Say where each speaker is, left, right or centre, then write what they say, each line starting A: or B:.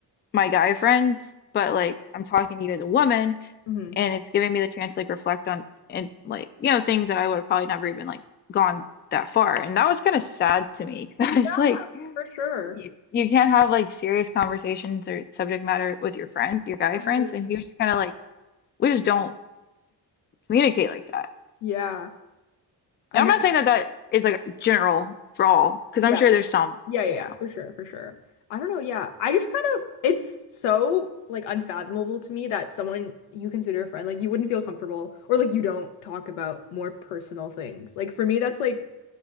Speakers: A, on the left (about 25°); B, on the left (about 85°).
A: my guy friends but like i'm talking to you as a woman
B: hmm
A: and it's giving me the chance to like reflect on and like you know things that I would have probably never even like gone that far and that was kind of sad to me because
B: Yeah,
A: <laughs> I was like
B: for sure.
A: you you can't have like serious conversations or subject matter with your friend your guy
B: I
A: friends
B: agree.
A: and he was just kind of like we just don't communicate like that
B: Yeah, I
A: and
B: know.
A: I'm not saying that that is like general for all because
B: Yeah,
A: I'm sure
B: yeah,
A: there's some
B: yeah, yeah,
A: you
B: yeah,
A: know
B: for sure, for sure. I don't know. Yeah, I just kind of, it's so like unfathomable to me that someone you consider a friend, like you wouldn't feel comfortable or like you don't talk about more personal things. Like for me, that's like